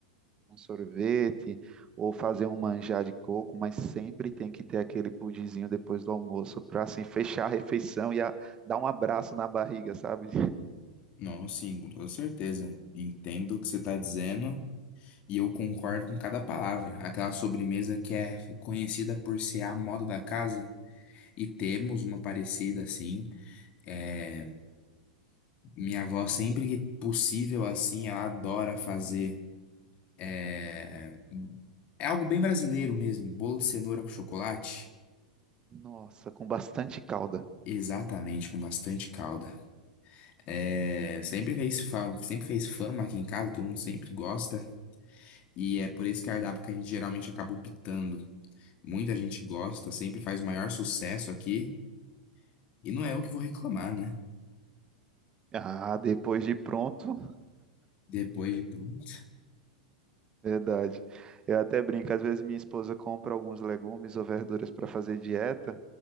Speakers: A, on the right; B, on the left.
A: um sorvete, ou fazer um manjar de coco, mas sempre tem que ter aquele pudinzinho depois do almoço para assim fechar a refeição e a- dar um abraço na barriga, sabe?
B: Não, sim, com toda certeza. Entendo o que você está dizendo. E eu concordo com cada palavra. Aquela sobremesa que é conhecida por ser a moda da casa. E temos uma parecida assim. É, minha avó, sempre que possível assim, ela adora fazer. É, é algo bem brasileiro mesmo. Bolo de cenoura com chocolate.
A: Nossa, com bastante calda.
B: Exatamente, com bastante calda. É, sempre fez fama, sempre fez fama aqui em casa, todo mundo sempre gosta. E é por esse cardápio que a gente geralmente acaba optando. Muita gente gosta, sempre faz o maior sucesso aqui. E não é eu que vou reclamar, né?
A: Ah, depois de pronto,
B: Depois de pronto.
A: verdade. Eu até brinco, às vezes minha esposa compra alguns legumes ou verduras para fazer dieta,